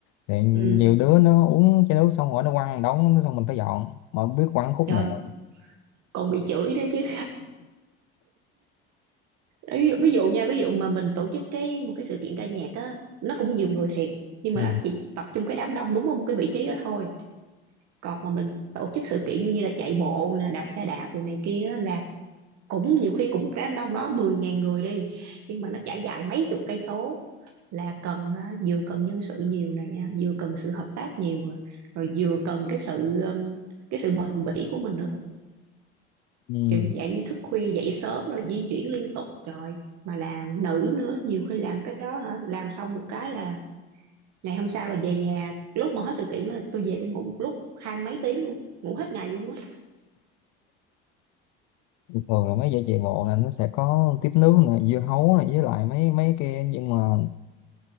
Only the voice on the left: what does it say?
thì nhiều
đứa nó uống chai nước xong rồi nó quăng đống xong mình phải dọn mà không biết quăng khúc
nào
ừ.
Ừ.
thường là mấy giải chạy bộ là nó sẽ có tiếp nước này dưa hấu này với lại mấy mấy kia nhưng mà